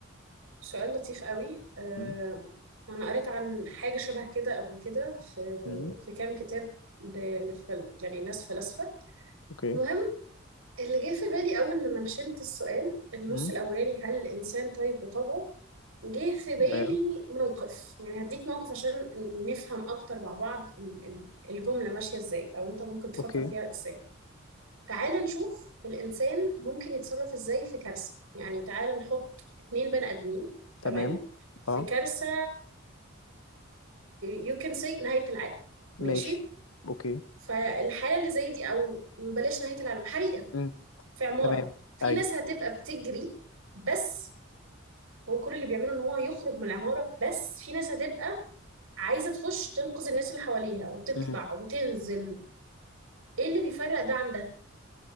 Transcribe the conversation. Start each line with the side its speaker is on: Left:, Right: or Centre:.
Right: سؤال لطيف قوي آه،
Left: مم.
Right: انا قريت عن حاجه شبه كده قبل كده في
Left: مم.
Right: في كام كتاب ل- لفل يعني ناس فلاسفه
Left: اوكي
Right: المهم اللي جه في بالي اول لما نشنت السؤال النص
Left: مم.
Right: الاولاني هل الانسان طيب بطبعه جه في بالي
Left: ايوه
Right: موقف يعني هديك موقف عشان ن- نفهم اكتر مع بعض ال- ال- الجمله ماشيه ازاي او انت ممكن تفكر
Left: اوكي
Right: فيها ازاي تعال نشوف الإنسان ممكن يتصرف إزاي في كارثة يعني تعال نحط اتنين بني آدمين
Left: تمام
Right: تمام في
Left: اه
Right: كارثة يو كان سي نهاية العالم ماشي
Left: ماشي اوكي
Right: فالحالة اللي زي دي أو بلاش نهاية العالم حريقة
Left: مم.
Right: في عمارة
Left: تمام
Right: في
Left: ايوه
Right: ناس هتبقى بتجري بس هو كل اللي بيعمله إن هو يخرج من العمارة بس في ناس هتبقى عايزة تخش تنقذ الناس اللي حواليها وتطلع
Left: مم.
Right: وتنزل إيه اللي بيفرق ده عن ده؟